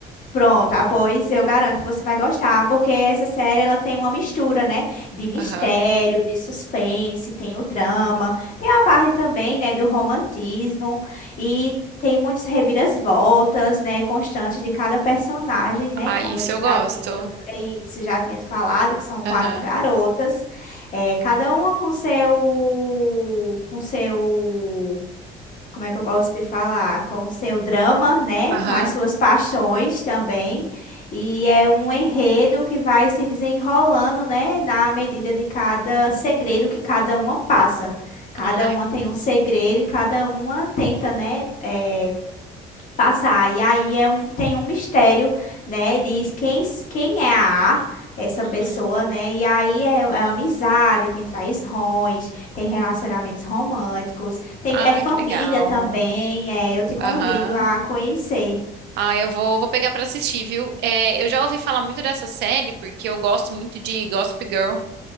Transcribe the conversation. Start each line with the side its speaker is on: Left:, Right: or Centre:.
Left: Pronto, ah, pois eu garanto que você vai gostar, porque essa série ela tem uma mistura, né, de mistério,
Right: Aham.
Left: de suspense, tem o drama, tem a parte também, né, do romantismo e tem muitas reviravoltas, né, constantes de cada personagem, né,
Right: Ah,
Left: como
Right: isso
Left: eu
Right: eu gosto.
Left: já tinha te- é isso, já tinha te falado, que são quatro
Right: Aham,
Left: garotas, é, cada uma com seu com seu como é que eu posso te falar? Com o seu drama, né?
Right: aham.
Left: Com as suas paixões também. E é um enredo que vai se desenrolando, né? Na medida de cada segredo que cada uma passa. Cada
Right: Ai,
Left: uma tem um segredo e cada uma tenta, né? eh, passar. E aí é um, tem um mistério, né? Diz quem, s- quem é a A, essa
Right: uhum.
Left: pessoa, né? E aí é, é amizade, tem traições, tem relacionamentos românticos, tem,
Right: Ah,
Left: é família
Right: que legal.
Left: também. É, eu te convido
Right: Aham.
Left: a conhecer.
Right: Ah, eu vou, vou pegar pra assistir, viu? É, eu já ouvi falar muito dessa série porque eu gosto muito de Gossip Girl.